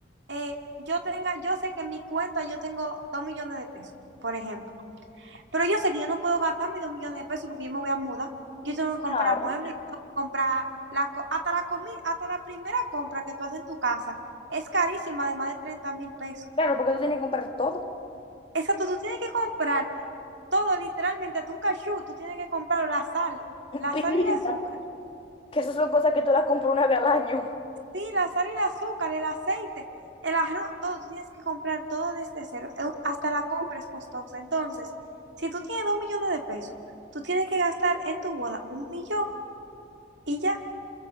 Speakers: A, on the right (about 75°); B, on the left (about 30°).
A: eh, yo tenga, yo sé que en mi cuenta yo tengo dos millones de pesos, por ejemplo, pero yo sé que yo no puedo gastar mis dos millones de pesos porque yo me voy a mudar, yo tengo que comprar
B: Claro.
A: muebles, yo tengo que comprar la, co- hasta la comida, hasta la primera compra que tú haces en tu casa es carísima de más de treinta mil pesos.
B: Claro, porque tú tienes que comprar todo.
A: Exacto, tú tienes que comprar todo, literalmente, hasta un cachú, tú tienes que comprar la sal,
B: <laughs>
A: la
B: Pimienta,
A: sal y el azúcar.
B: que esas son cosas que tú las compras una vez al año.
A: Sí, la sal y el azúcar, el aceite, el arroz, todo, tú tienes que comprar todo desde cero, eh, hasta la compra es costosa. Entonces, si tú tienes dos millones de pesos, tú tienes que gastar en tu boda un millón y ya,